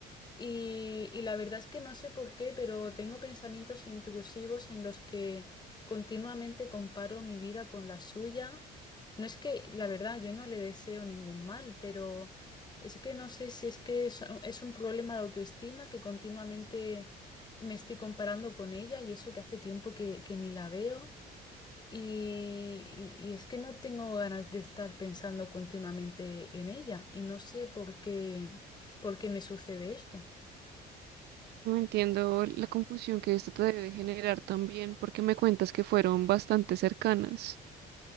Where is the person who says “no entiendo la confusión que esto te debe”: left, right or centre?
Right